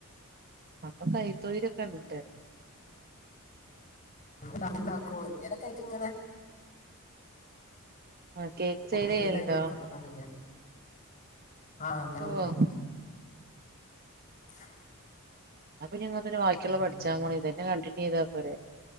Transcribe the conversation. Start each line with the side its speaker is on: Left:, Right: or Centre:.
Right: അപ്പൊ കൈ തൊഴിൽ <unintelligible>
Left: ഉം കറി ഒണ്ടാക്കോ എന്തേലൊക്കെ ആയിട്ട് ഇങ്ങനെ-
Right: ആഹ് കേക്ക് സെയില്
Left: സീടായി
Right: ചെയ്യലുണ്ടോ
Left: കൊക്ക <unintelligible> ണ്ട ആഹ് അണ്ട് കൊടുക്ക
Right: ഓഹ്
Left: <unintelligible>
Right: അപ്പൊ ഞങ്ങ അരു ബാക്കിയുള്ള
Left: ഉം.
Right: പഠിച്ചാ പോ ഇതന്നെ കണ്ടിന്യൂ ചെയ്താൽ പോരെ